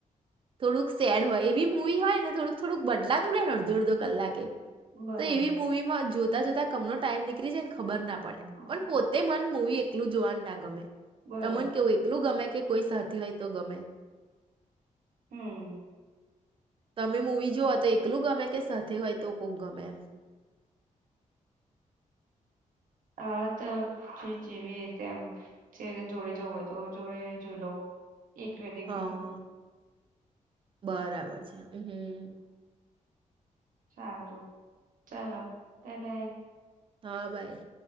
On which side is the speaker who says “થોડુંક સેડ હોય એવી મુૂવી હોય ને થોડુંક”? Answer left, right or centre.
Right